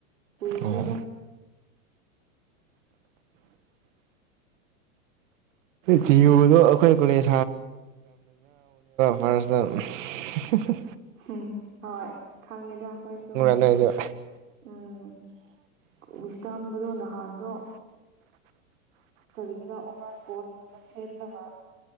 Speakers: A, on the right; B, on the right.
A: ꯀꯨꯏꯈ꯭ꯔꯦꯗ
B: ꯑꯣ ꯗꯤꯌꯨꯗꯣ ꯑꯩꯈꯣꯏ ꯀꯣꯂꯦꯖ ꯐꯥꯔꯁꯅꯦꯜ ꯎꯝ ꯍꯥꯍꯥꯍꯥ
A: ꯎꯝ ꯍꯣꯏ ꯈꯪꯉꯦꯗ ꯑꯩꯈꯣꯏꯁꯨ
B: ꯅꯣꯏꯁꯨ
A: ꯎꯝ ꯋꯤꯁꯇꯥꯝꯕꯗꯣ ꯅꯍꯥꯟꯗꯣ ꯀꯔꯤꯒꯤꯔ ꯑꯣꯚꯔ ꯀꯣꯠꯒꯨꯝꯕ ꯁꯦꯠꯂꯒ